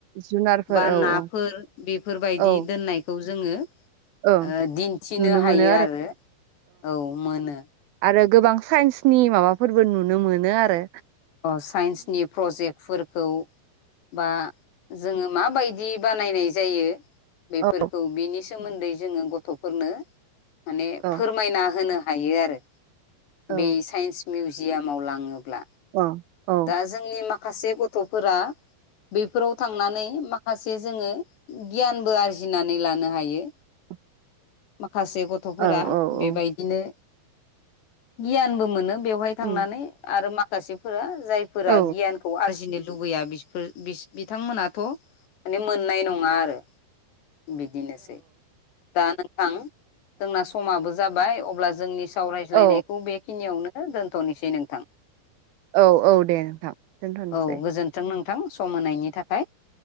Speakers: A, on the right (about 75°); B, on the left (about 85°).
A: जुनारफोर
B: बा
A: औ
B: नाफोर
A: औ
B: बेफोरबायदि
A: औ
B: दोननायखौ जों जोङो ओ
A: औ
B: दिन्थिनो
A: नुनो
B: हायो
A: मोनो
B: आरो औ मोनो
A: आरो गोबां साइन्सनि माबाफोरबो नुनो मोनो आरो
B: अ साइन्सनि प्रजेक्ट फोरखौ बा जोङो माबायदि बानायनाय जायो बेैफोरखौ
A: औ
B: बिनि सोमोन्दै जोङो गथ'फोरनो माने
A: औ
B: फोरमायना होनो हायो आरो
A: औ
B: बे साइन्स मिउजियामाव लाङोब्ला
A: औ औ
B: दा जोंनि माखासे गथ'फोरा बेफोराव थांनानै माखासे जोङो गियानबो आरजिनानै लानो हायो
A: <inaudible>
B: माखासे गथ'फोरा
A: औ औ
B: बेबायदिनो
A: औ
B: गियानबो मोनो बेवहाय थांनानै
A: उम
B: आरो माखासेफोरा जायफोरा
A: औ
B: गियानखौ आरजिनो लुबैया बिसोर बिस बिथांमोनाथ' माने मोननाय नङा आरो बिदिनोसै दा नोंथां जोंना समाबो जाबाय अब्ला जोंनि सावरायज्लायनायखौ
A: औ
B: बेखिनियावनो दोनथ'नोसै नोंथां
A: औ औ दे नोंथां दोनथ'नोसै
B: औ गोजोन्थों नोंथां सम होनायनि थाखाय